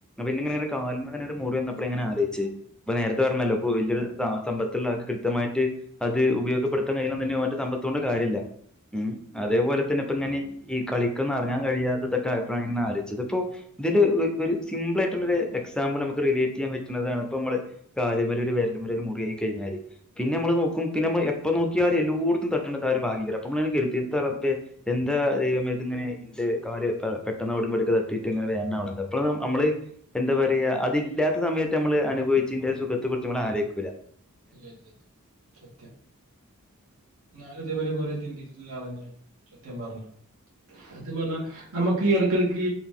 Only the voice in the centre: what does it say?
പിന്നെ ഇങ്ങെനെ ഇങ്ങെനെ കാൽമങ്ങനെ ഒരു മുറി വന്നപ്പളാ ഇങ്ങനെ ആലോയിച്ച് ഇപ്പ നേരത്തെ പറഞ്ഞല്ലോ ഇപ്പൊ വല്യരു സ സമ്പത്ത്ള്ള ആൾക്ക് കൃത്യമായിട്ട് അത് ഉപയോഗപ്പെട്ത്താൻ <unintelligible> ഓന്റെ സമ്പത്തോണ്ട് കാര്യല്ല. മ് അതേപോലെ തന്നെ ഇപ്പം ഇങ്ങനെ ഈ കളിക്കൊന്നും എറങ്ങാൻ കഴിയാത്തതൊക്കെ ആയപ്പളാണ് ഞാൻ ഇങ്ങനെ ആലോയിച്ചത് ഇപ്പോ ഇതിന്റെ ഒരു സിംമ്പിളായിട്ട്ള്ള ഒരു എക്സാമ്പിൾ നമുക്ക് റിലേറ്റ് ചെയ്യാൻ പറ്റ്ണതാണ് ഇപ്പ മ്മള് കാലിമ്മല് ഒരു വെര്ല്മ്മല് ഒരു മുറിയായി കഴിഞ്ഞാല് പിന്നെ മ്മള് നോക്കും പിന്നെ എപ്പ നോക്കും ക്ക്യാറും എല്ലോടത്തും തട്ടണത് ആ ഒരു ഭാഗ്ത്തേക്കാരം ഞമ്മള് അപ്പകര്തി എന്താ റബ്ബെ യെന്താ ദൈവമേ ഇതിങ്ങനെ കാല് പെട്ടെന്ന് ഔടിം ബടിം യൊക്കെ തട്ടീട്ട് ങ്ങനെ വേദനാവ്ണ്ന്ന് അപ്പ മ്മള് എന്താ പറയാ അതില്ലാത്ത സമയത്ത് ന്നമ്മൾ അനുഭവിച്ചീന്റെ സുഖത്തെ കുറിച്ച് ന്നമ്മള് ആലോയികൂല